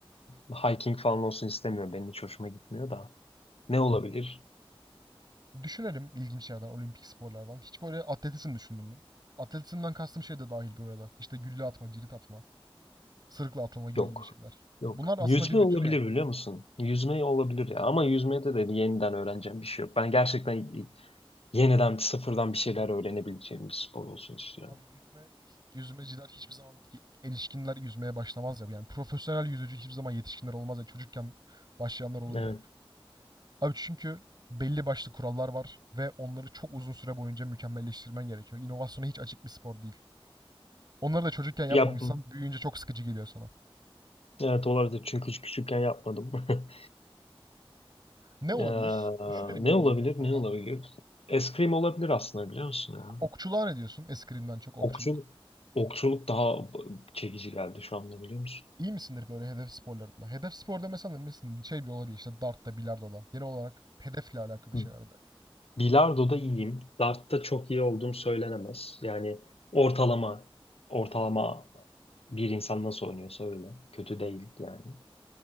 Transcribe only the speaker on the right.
Düşünelim ilginç yerden, olimpik sporlardan. Hiç böyle atletizm düşündün mü? Atletizmden kastım şey de dahil burada, arada. İşte gülle atma, cirit atma, sırıkla atlama gibi
gibi şeyler.
Bunlar aslında
bir bütün
ya.
Abi yüzme, yüzmeciler hiçbir zaman ki- erişkinler yüzmeye başlamaz ya. Yani profesyonel yüzücü hiçbir zaman yetişkinler olmaz ya. Çocukken başlayanlar olur
ya hep. Abi çünkü belli başlı kurallar var ve onları çok uzun süre boyunca mükemmelleştirmen gerekiyor. İnovasyona hiç açık bir spor değil. Onları da çocukken yapmamışsan
büyüyünce çok sıkıcı geliyor sana.
Ne olabilir?
Düşünelim
yine olimpiyatlardan.
Okçuluğa ne diyorsun? Eskrimden çok okçuluk.
İyi misindir böyle hedef sporlarında? Hedef sporda mesela mesela şey bile olabilir işte dartta, bilardoda. Genel olarak hedefle alakalı
şeylerde.